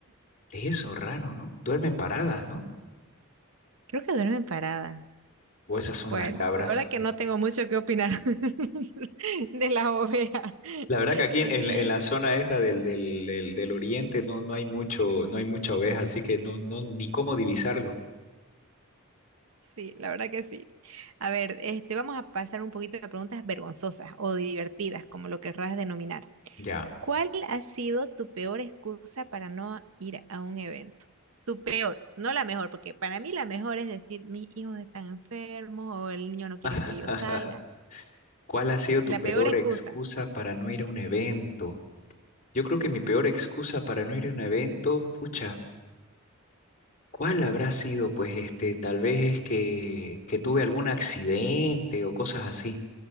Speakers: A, on the left (about 35°); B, on the right (about 65°).
A: Eso, raro, ¿no? Duermen paradas, ¿no?
B: Creo que duermen parada.
A: O esas son
B: Bueno,
A: las cabras.
B: la verdad que no tengo mucho que opinar <laughs> de la oveja.
A: La verdad que aquí
B: Así.
A: en, en- en la zona esta del, del, del, del oriente no, no hay mucho, no hay mucha oveja, así que no, no, ni cómo divisarlo.
B: Sí, la verdad que sí. A ver, este, vamos a pasar un poquito de preguntas vergonzosas o divertidas, como lo querrás denominar.
A: Ya.
B: ¿Cuál ha sido tu peor excusa para no ir a un evento? Tu peor, no la mejor, porque para mí la mejor es decir, mis hijos están enfermos o el niño no quiere
A: <laughs>
B: que yo salga.
A: ¿Cuál ha sido
B: La
A: tu peor
B: peor excusa.
A: excusa para no ir a un evento? Yo creo que mi peor excusa para no ir a un evento, pucha, ¿cuál habrá sido? Pues este, tal vez es que, que tuve algún accidente o cosas así.